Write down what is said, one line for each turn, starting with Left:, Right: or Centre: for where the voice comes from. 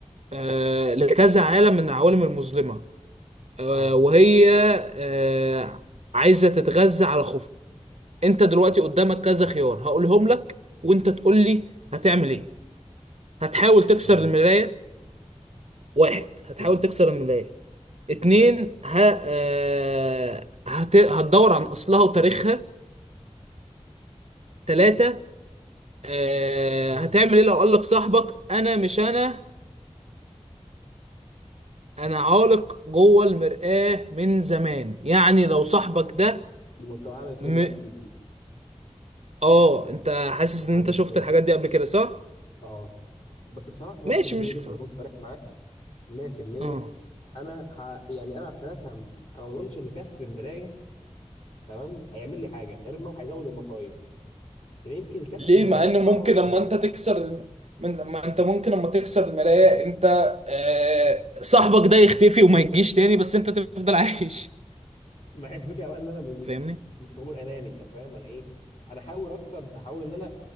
Right: آه، لكذا عالم من العوالم المظلمة آه،
Left: اه
Right: وهي آه، عايزة تتغذى على خوفكم انت دلوقتي قدامك كذا خيار هقولهم لك وانت تقول لي هتعمل ايه هتحاول تكسر
Left: تمام
Right: المراية واحد هتحاول
Left: لا
Right: تكسر المراية اتنين
Left: لا
Right: ه... آه، هت... هتدور عن اصلها وتاريخها تلاتة آه،
Left: اه
Right: هتعمل ايه لو قالك صاحبك انا مش انا انا عالق جوه المرآة من زمان يعني لو صاحبك ده
Left: دي مستوحاه من فيلم
Right: م...
Left: اكيد دي
Right: اه انت
Left: مستوحاه
Right: حاسس ان انت
Left: من
Right: شفت
Left: فيلم
Right: الحاجات دي قبل كده صح
Left: اه بس بصراحه في موقف
Right: ماشي
Left: اللي زي
Right: مش
Left: ده
Right: ف...
Left: عشان اكون صريح معاك 100%
Right: اه
Left: انا ه... يعني انا عشان افهم انا ما اظنش ان كسر المرايه تمام هيعمل لي حاجه غير انه هيزود المصايب عشان يمكن كسر
Right: ليه
Left: المرايه
Right: مع ان
Left: يحرر
Right: ممكن
Left: ارواح
Right: اما انت تكسر الم... من... ما انت ممكن اما تكسر المراية انت آه... صاحبك ده يختفي وما يجيش تاني بس انت تفضل عايش
Left: مع الفكره بقى ان انا م-
Right: فاهمني
Left: مش هقول اناني انت فاهم انا ايه انا احاول اكسر احاول ان انا